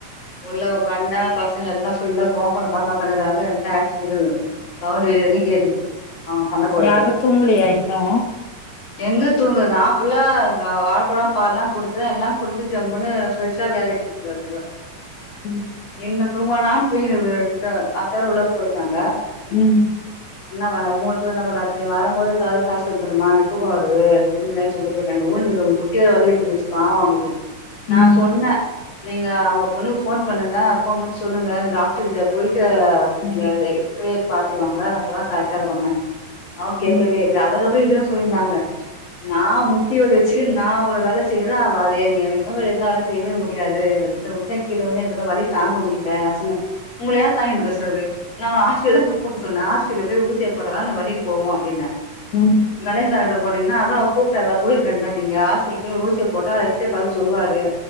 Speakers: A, on the left; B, on the left.
A: உள்ள வொக்கான்னு பசங்க எல்லா புல்லா பொம் பாத் வொக்கான்னு கிறாங்க எந்த ஆக்ஷனு சவுண்ட் இது வெரிலு கேக்குது அவங்க சண்டை போட்றது
B: யாரு தூங்கலையா இன்னு
A: எங்க தூங்குரது நா ஃபுல்லா வாழைப்பழோ பால்லா குடுத்தே எல்லா குடிச்சுட்டு ஜம்ன்னு ஃப்ரெஷ்ஷா விளையாடிட்டு இருக்குதுகோ அதுங்கோ
B: ம்
A: இன்னு தூங்குவானா தூங்கின ரெண்டு அத்தானு உள்ள போயிட்டாங்க
B: ம்
A: என்னவா மூனு பேரு என்ன பண்றா வரும்போது கதவ சாத்திட்டு வந்துருமா எனக்கு தூக்க வருது முடியலன் சொல்லிட்டு போயிட்டாங்க ஊ <unintelligible> வடிகட்டிக்கிச்சு பாவ அவங்களுக்கு நா
B: ம்
A: சொன்னே நீங்க அவங்க பொண்ணுக்கு போன் பண்ணுங்க போன் பண்ண சொல்லுங்க டாக்டர் கிட்ட போயிட்டு
B: ம்
A: நீங்க எக்ஸரே பாத்துட்டு வாங்க அப்பதா கரெக்டா இருக்குங்க அவ கேட்கவே
B: ம்
A: இல்ல அதுக்கப்பற இதையு சொல்லிருந்தாங்க நா முட்டி வலி வச்சுட்டு நா இவ்வள வேல செய்யறே அவ அத ஏ எனக்குமே எந்தால செய்யவே முடியாது இந்தந்த முட்டில கீழே கொஞ்ச எனக்குல்லா வழி தாங்க முடியல நா சொன்னே உங்கள யார் தாங்கிட்டுக்க சொல்லறது நா ஹாஸ்ப்பிட்டல தான போக சொன்னே ஹாஸ்ப்பிடல்ல போய் ஊசிய போட்டாதா இந்த வலி போகு அப்படினே
B: ம்
A: கணேஷா கிட்ட போனீங்கன்னா அத அவ கூப்ட்டலா போயிருக்க வேண்டியது தான நீங்க ஹாஸ்பிட்டல் போய் ஊசிய போட்டா ரை செ பார் சொல்வாரு